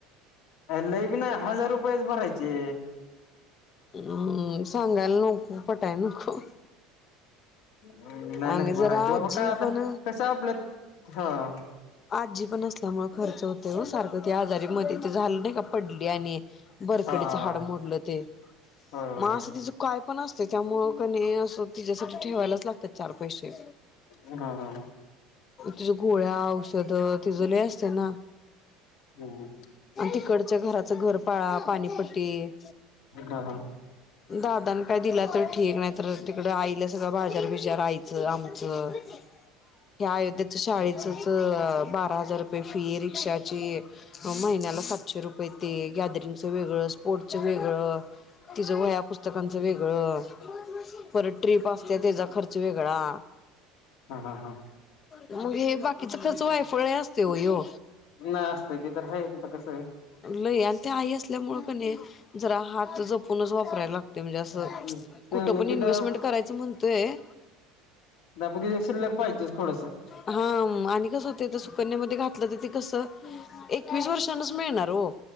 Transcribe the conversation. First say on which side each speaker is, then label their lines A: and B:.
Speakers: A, on the left; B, on the left.
A: लई बी नाही हजार रुपयच भरायचे.
B: हम्म सांगायला नको पटाय नको
A: नाही नाही
B: आणि
A: भरायच
B: जरा
A: बाबा,
B: आजी
A: काय आता
B: पण
A: कसे आपल्यात हं
B: आजी पण असल्यामुळ खर्च होतोय वो सारखं त्या आजारी मध्ये ते झालं नाही का पडली आणि बरकडीच
A: हा हा
B: हाड मोडलं ते,
A: होय होय
B: म अस तीच काय पण असतयं त्यामुंळ कणी असं तिच्यासाठी ठेवायलाच लागतात चार पैशे.
A: होय हा हा हा
B: तिच घोळ्या, औषध तिज लई असतयं ना
A: हम् हम
B: आणि तिकडच्या घराच घरपाळा, पाणीपट्टी
A: हा
B: दादान काय दिला तर ठीक, नाही तर तिकडं आईला सगळं बाजार बी रायचं, आमचं हे अयोध्येचं शाळेच तर बारा हजार रुपये फी रिक्षाची महिन्याला सातशे रुपये ते, गॅदरिंगचं वेगळं स्पोर्टचं वेगळं तिज वह्या पुस्तकांचं वेगळं, परत ट्रीप असतीया त्येजा ख चं वेगळा
A: हा हा हा
B: मग हे बाकीचं खर्च वायफळे असततोय वो ह्यो
A: नाही असतंय ते तर हायच होता कसंय
B: लई आणि त्या आई असल्यामुळं कणी, जरा हात जपूनच वापरायला लाग ते म्हणजे असं,
A: आहे ते
B: कुठं पण
A: मग तिथं
B: इन्व्हेस्टमेंट करायचं म्हणतोय
A: <unintelligible> शिल्लक पाहिजे थोडसं
B: हा आणि कसं होतंय ते सुकन्यामध्ये घातलं तर तेे कसं एकवीस वर्षानच मिळणार वो